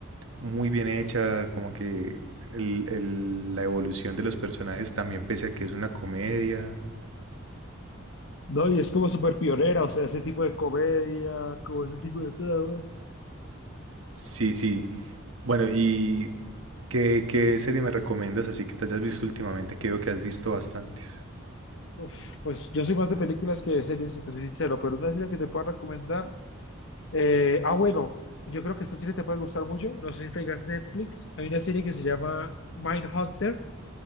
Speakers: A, on the right; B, on the left.
A: muy bien hecha, como que el- el- la evolución de los personajes también, pese a que es una comedia.
B: No, y es como súper pionera, o sea, ese tipo de comedia, como ese tipo de tramas.
A: Sí, sí. Bueno, ¿y qué, qué serie me recomiendas así que te hayas visto últimamente? Que veo que has visto bastantes.
B: Uf, pues yo soy más de películas que de series, si te soy sincero, pero una serie que te puedo recomendar. eh, ah, bueno, yo creo que esta serie te puede gustar mucho. No sé si tengas Netflix. Hay una serie que se llama Mindhunter,